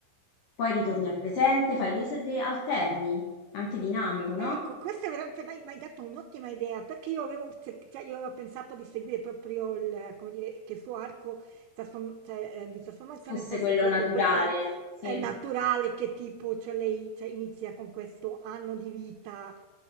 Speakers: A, on the left; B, on the right.
A: poi ritorni al presente, fai dei, se- dei alterni, anche dinamico, no?
B: Eh, ecco, questa è veramente m'hai m'hai dato un'ottima idea, perché io avevo cerc cioè io avevo pensato di seguire proprio il come dire, che il suo arco trasform cioè, ehm, di trasformazione
A: Fosse
B: fosse
A: quello
B: proprio
A: naturale,
B: questa,
A: sì.
B: ehm, naturale che tipo cioè lei cioè inizia con questo anno di vita